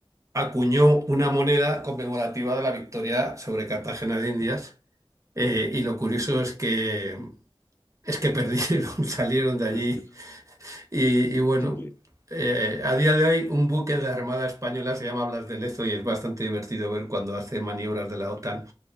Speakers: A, on the right; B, on the left.
A: acuñó una moneda conmemorativa de la victoria sobre Cartagena de Indias. Eh, y lo curioso es que es que perdieron, <laughs> salieron de allí
B: Es que... Ok.
A: y, y bueno,
B: <laughs>
A: eh, a día de hoy un buque de la Armada Española se llama Blas de Lezo y es bastante divertido ver cuando hace maniobras de la OTAN